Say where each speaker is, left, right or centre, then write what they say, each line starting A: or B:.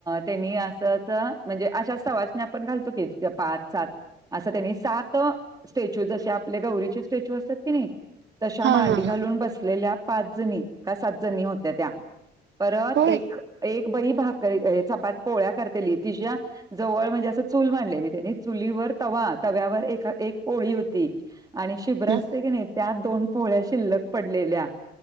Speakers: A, on the right; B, on the right.
A: ते मी असं म्हणजे अशा सवासने आपण घालतो की पाात सात असं त्यानी सात स्टॅच्यू ज आपले गौरीचे स्टॅच्यू असत नाही तशा
B: हा
A: मांडी
B: हा
A: घालून
B: हा
A: बसलेल्या पाच जणी का सात जणी होत्या त्या परत
B: होय
A: एक एक ब भाक चपात पोहळ्या करतेली तिच्या जवळ म्हणजे असं चूल मांडलेली त्यानी चुलीवर तवा तव्यावर एक पोळी होती आणि शिब्र
B: हम्म
A: असते की नाही त्या दोन पोहळ्या शिल्लक पडलेल्या